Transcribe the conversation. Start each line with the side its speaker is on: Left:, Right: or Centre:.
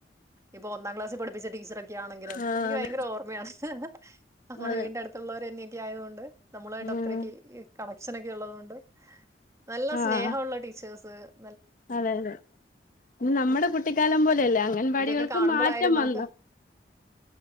Right: ഇപ്പൊ ഒന്നാം ക്ലാസ്സി പഠിപ്പിച്ച ടീച്ചറൊക്കെ ആണെങ്കിലും
Left: ആഹ്
Right: എനിക്ക്
Left: അതെ
Right: ഭയങ്കര ഓർമ്മയാണ് ഹ്ഹ് നമ്മുടെ
Left: അതെ
Right: വീടിന്റെ അടുത്തുള്ളോര്ന്നെക്കെയായതുകൊണ്ട് നമ്മളുവായിട്ട്
Left: ഉം
Right: അത്രയ്ക്ക് കണക്ഷൻ ഒക്കെ ഉള്ളത് കൊണ്ട് നല്ല
Left: ആഹ്
Right: സ്നേഹമുള്ള ടീ <unintelligible>
Left: അതെ അതെ ഇത് നമ്മുടെ കുട്ടിക്കാലം പോലെയല്ലേ അംഗൻവാടികൾക്കും
Right: ഇവരൊക്കെ കാണുമ്പോളായാലും
Left: മാറ്റം
Right: നമുക്ക്
Left: വന്ന്